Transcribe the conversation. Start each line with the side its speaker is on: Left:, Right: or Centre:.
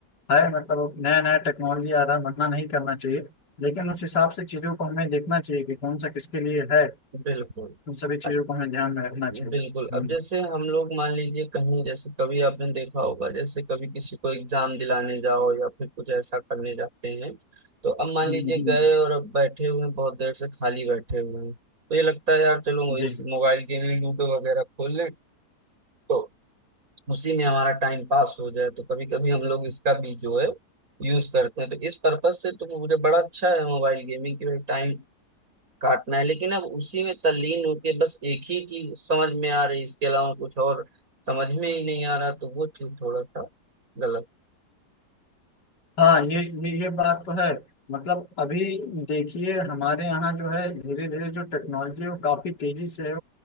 Left: है मतलब नया नया टेक्नोलॉजी आ रहा है मना नहीं करना चाहिए लेकिन उस हिसाब से चीजों को हमें देखना चाहिए कि कौन सा किसके लिए है
Right: बिल्कुल
Left: इन सभी
Right: अ-
Left: चीजों को हमें ध्यान में रखना चाहिए
Right: बिल्कुल
Left: हम्म,
Right: अब जैसे हम लोग मान लीजिए कहीं जैसे कभी आपने देखा होगा जैसे कभी किसी को एग्जाम दिलाने जाओ या फिर कुछ ऐसा करने जाते हैं तो अब मान लीजिए
Left: हम्म, हम्म,
Right: गए और अब बैठे हुए हैं बहुत देर से खाली बैठे हुए हैं तो ये लगता है यार चलो
Left: जी
Right: इस मोबाइल गेम में लूडो वगैरह खोल लें तो उसी में हमारा टाइम पास हो जाए तो कभी कभी हम लोग इसका भी जो है यूज करते हैं तो इस पर्पज से तो मुझे बड़ा अच्छा है मोबाइल गेमिंग की भाई टाइम काटना है लेकिन अब उसी में तल्लीन होके बस एक ही चीज समझ में आ रही इसके अलावा कुछ और समझ में ही नहीं आ रहा तो वो चीज थोड़ा सा गलत
Left: हाँ ये ये ये बात तो है मतलब अभी देखिए हमारे यहाँ जो है धीरे धीरे जो टेक्नोलॉजी है वो काफी तेजी से